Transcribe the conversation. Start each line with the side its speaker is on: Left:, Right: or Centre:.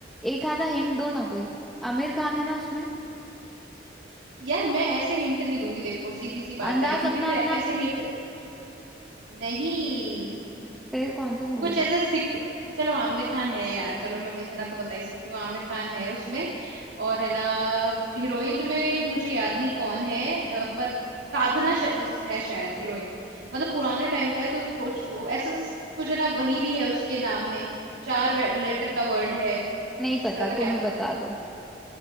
Centre: एक आधा हिंट दो ना कोई आमिर खान है ना उसमें
Right: यार मैं ऐसे हिंट नहीं दूंगी देखो सीधी सी बात
Centre: अंदाज
Right: है क्योंकि
Centre: अपना
Right: फिर
Centre: अपना
Right: ऐसे हिंट नहीं
Centre: फिर कौन से मूवी
Right: कुछ
Centre: का
Right: ऐसा सिक चलो आमिर खान है यार चलो मैं इतना तो बता ही सकती हूँ आमिर खान है उसमें और है ना हीरोइन में मुझे याद नहीं कौन है अ, पर साधना श... है शायद हीरोइन मतलब पुराने टाइम का है तो सोच लो ऐसा ऐसा कुछ है ना वही भी है उसके नाम में चार लेटर का वर्ड है
Centre: नहीं
Right: इससे
Centre: पता
Right: ज्यादा क्या
Centre: तुम
Right: बताऊं
Centre: ही बता दो